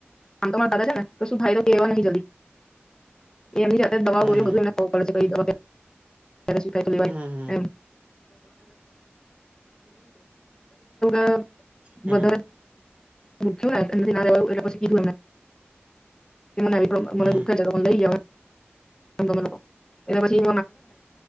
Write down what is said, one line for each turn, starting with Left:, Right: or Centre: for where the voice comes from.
Left: આમ તો તમાર દાદા જાને તો શું <unintelligible> ન જલ્દી એમની જા દવા
Right: હમ
Left: હોય બધું એ ખબર પડે કઈ ક્યારે શું થાયે લેવાની
Right: હમ હમ
Left: એમ <unintelligible>
Right: હમ
Left: વધારે મૂક્યો <unintelligible> <unintelligible>
Right: હમ હમ
Left: અ એ પછી